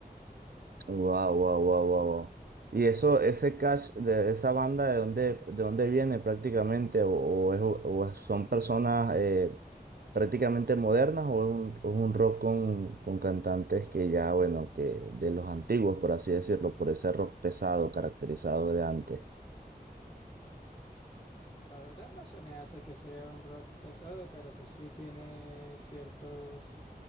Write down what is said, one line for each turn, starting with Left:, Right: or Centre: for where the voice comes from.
Right: Wow, wow, wow, wow, wow. Y eso, ese cash de esa banda, ¿de dónde, de dónde viene prácticamente? ¿O, o es- o es- son personas eh, prácticamente modernas o es un, o es un rock con, con cantantes que ya, bueno, que de los antiguos, por así decirlo, por ese rock pesado caracterizado de antes?
Left: La verdad no se me hace que sea un rock pesado, pero pues sí tiene ciertos